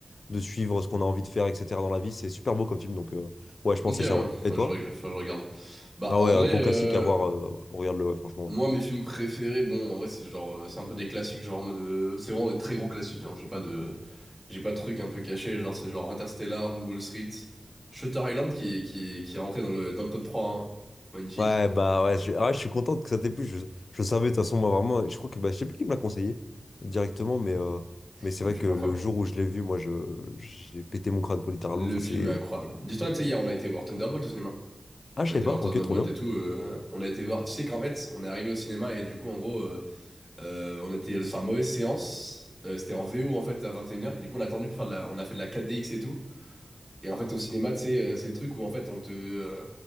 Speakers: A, on the left; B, in the centre.
A: de suivre ce qu'on a envie de faire, etc. dans la vie. C'est super beau comme film, donc euh, ouais, je pense
B: ok, ouais.
A: que c'est ça, ouais.
B: Enfin,
A: Et toi?
B: je, reg- enfin, je regarde. Bah,
A: Ah
B: en
A: ouais,
B: vrai,
A: euh, beau
B: euh,
A: classique à voir, euh, regarde-le, ouais, franchement,
B: moi,
A: ouais.
B: mes films préférés, bon, en vrai, c'est genre, euh, c'est un peu des classiques, genre en mode, euh, c'est vraiment des très gros classiques. Hein. J'ai pas de, j'ai pas de trucs un peu cachés, genre c'est genre Interstellar, Loup de Wall Street, Shutter Island qui, qui, qui est rentré dans le, dans le top 3, hein. Magnifique.
A: Ouais, bah ouais, je, ah, ouais, je suis content que ça t'ait plu. Je, je savais, de toute façon, moi, vraiment, je crois que, bah, je sais plus qui me l'a conseillé directement, mais, euh, mais c'est
B: Bon,
A: vrai
B: Le film
A: que
B: est
A: le
B: incroyable.
A: jour où je l'ai vu, moi, je, j'ai pété mon crâne, quoi, littéralement.
B: Le
A: Enfin,
B: film
A: c'est.
B: est incroyable. Dis-toi, tu sais, hier, on a été voir Thunderbolt au cinéma.
A: Ah,
B: On
A: je
B: a été
A: sais pas,
B: voir
A: ok,
B: Thunderbolt
A: trop bien.
B: et tout. euh, on a été voir. Tu sais qu'en fait, on est arrivé au cinéma et du coup, en gros, euh, euh, on était sur une mauvaise séance. Euh, c'était en VO en fait à 21h. Et une heures. Et du coup, on a attendu pour faire de la. On a fait de la 4DX et tout. Et en fait, au cinéma, tu sais, euh, c'est le truc où en fait, on te. euh,